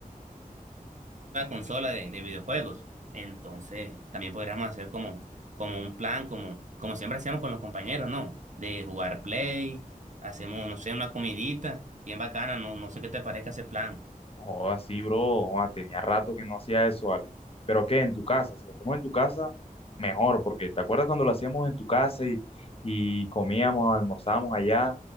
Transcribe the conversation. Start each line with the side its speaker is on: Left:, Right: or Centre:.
Right: una consola de, de videojuegos. Entonces, también podríamos hacer como, como un plan, como, como siempre hacíamos con los compañeros, ¿no? De jugar play, hacemos, no sé, una comidita bien bacana, no, no sé qué te parezca ese plan.
Left: Joda, sí, bro. Joda, tenía rato que no hacía eso, Ale. Pero qué, en tu casa, si lo hacemos en tu casa, mejor, porque ¿te acuerdas cuando lo hacíamos en tu casa y, y comíamos, almorzábamos allá,